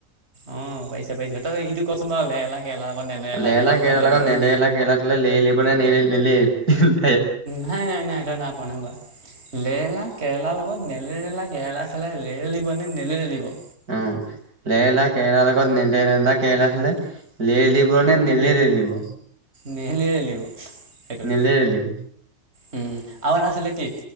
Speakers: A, on the right (about 45°); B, on the right (about 80°).
A: অ', পাৰিছে পাৰিছে তই ইটো কচোন বা লেৰেলা কেৰেলা লগত নেলেৰেলা
B: লেৰেলা
A: চলাই
B: কেৰেলা,
A: লেৰেলিকনে
B: নেলেৰেলা কেৰেলাৰ লগত থ'লেলেৰেলা কেৰেলা লেৰেলিব নে নেলেৰেলিব
A: নাই, নাই, নাই, তই নাই‌ পোৱা নাই পোৱা লেলা কেৰেলা লগত নেলেৰেলা কেৰেলা থ'লে লেৰেলিবনে নেলেৰিব
B: উম, লেৰেলা কেৰেলা লগত‌ নেলেৰেলা কেৰেলা থ'লে লেৰেলিব নে নেলেৰেলিব
A: নেহেলিয়ে ৰেলিব সেইটো
B: নেলেৰেলিব
A: উম আৰু এটা আছিলে কি